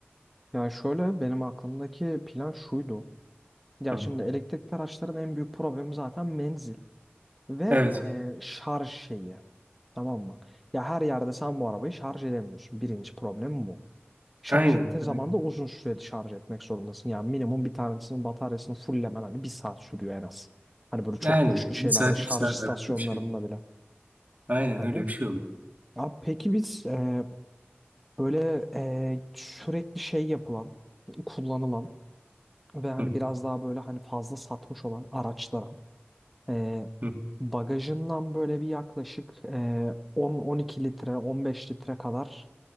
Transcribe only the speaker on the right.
Hı.
Evet.
Aynen.
Evet.
Yani
bir saat
iki saat
arası bir şey.
Aynen
öyle bir şey oluyor.
Hı,
hı,